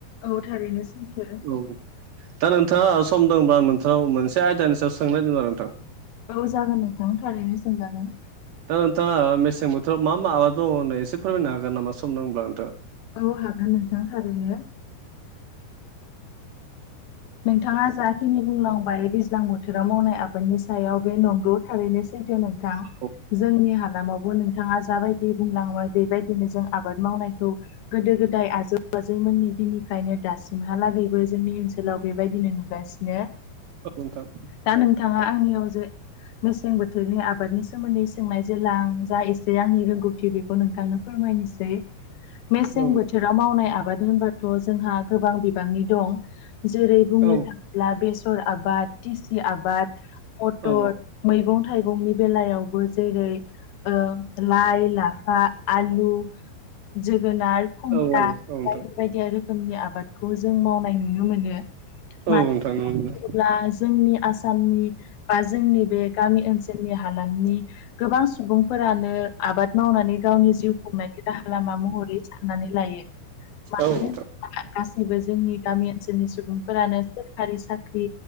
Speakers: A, on the left; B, on the right.
A: औ थारैनो सैथो
B: औ दा नोंथाङा सम दंबा नोंथांनाव मोनसे आयदानि सायाव सोंनाय दं आरो नोंथां
A: औ जागोन नोंथां थारैनो सोंजागोन
B: दा नोंथाङा मेसें बोथोराव मा मा आबाद मावो आंनो एसे फोरमायनो हागोन नामा सम दं होनब्ला नोंथाङा
A: औ हागोन नोंथां थारैनो नोंथाङा जाखिनि बुंलांबाय दैज्लां बोथोराव मावनाय आबादनि सायाव बे नंगौ थारैनो सैथो नों
B: औ
A: जोंनि हालामावबो नों बिथाङा जाबायदि बुंलांबाय बेबायदिनो जों आबाद मावनायखौ गोदो गोदाय आजै आजैमोननि दिननिफ्रायनो दासिमहालागैबो जोंनि ओनसोलाव बेबायदिनो नुगासिनो
B: औ नोंथां
A: दा नोंथाङा आंनियाव जे मेसें बोथोरनि आबादनि सोमोन्दै सोंनाय जेला आं जा एसे आंनि रोंगौथि बे खौ नोंथांनो फोरमायनोसै मेसें
B: औ
A: बोथोराव मावनाय आबाद होनबाथ' जोंहा गोबां बिबांनि दं जेरै बुंनो
B: औ नोंथां
A: थाङोब्ला बेसर आबाद टिसि आबाद मटर
B: औ
A: मैगं थाइगंनि बेलायावबो जेरै आ लाइ लाफा आलु जोगोनार खुमब्रा
B: औ औ नोंथां
A: बायदि बायदि रोखोमनि आबादखौ जों मावनाय नुनो मोनो मानो
B: औ
A: होनना
B: नोंथां नुनो मोनदों
A: बुङोब्ला जोंनि आसामनि बा जोंनि बे गामि ओनसोलनि हालामनि गोबां सुबुंफोरानो आबाद मावनानै गावनि जिउ खुंनायनि राहा लामा महरै साननानै लायो <inaudible>
B: औ नोंथां
A: होनोब्ला गासैबो जोंनि गामि ओनसोलनि सुबुं सुबुंफोरानो सोरखारि साख्रि